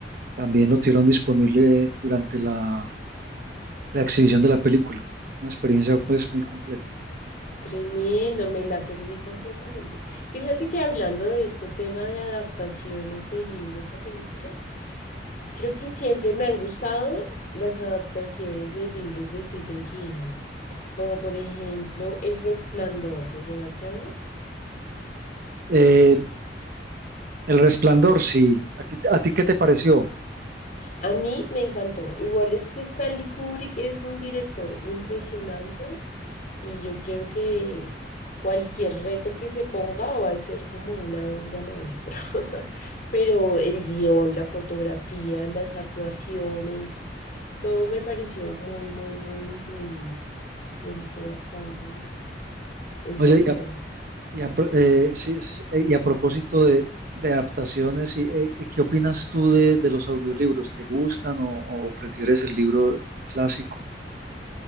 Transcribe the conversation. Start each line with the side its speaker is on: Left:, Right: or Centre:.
Right: También lo tuvieron disponible durante la, la exhibición de la película. Una experiencia pues muy completa.
Left: Tremendo, me la perdí completamente. Fíjate que hablando de este tema de adaptaciones de libros a películas, creo que siempre me han gustado las adaptaciones de libros de Stephen King, como por ejemplo El Resplandor, ¿lo llegaste a ver?
Right: Eh, El Resplandor, sí. Aquí- ¿A ti qué te pareció?
Left: A mí me encantó. Igual es que Stanley Kubrick es un director impresionante Y yo creo que cualquier reto que se ponga va a ser como una obra maestra. <laughs> Pero el guión, la fotografía, las actuaciones, todo me pareció muy, muy, muy increíble. Me gustó bastante el
Right: Oye,
Left: resplandor.
Right: Y a, pro- eh, sí, es- eh, y a propósito de, de adaptaciones, y, eh, eh, ¿qué opinas tú de, de los audiolibros? ¿Te gustan o, o prefieres el libro clásico?